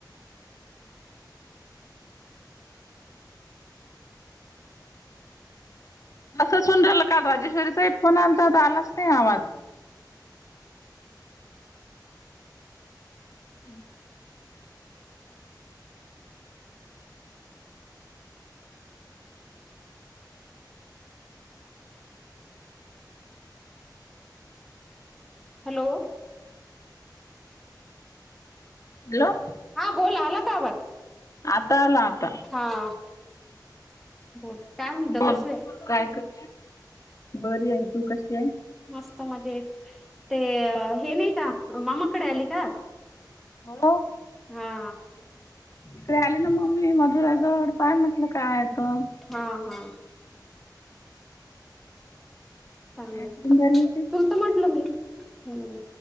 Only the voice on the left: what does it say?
तसं सुंडलं का राजेश्वरीचा फोन आलता आलाच नाही आवाज. हम्म
हॅलो
आता आला. आता
बोल
काय कर बरी आहे तू कशी आहे?
हो
इकडे आली ना मम्मी मधुराजवळ. काय म्हटलं काय. काय
करून
राहिली होती?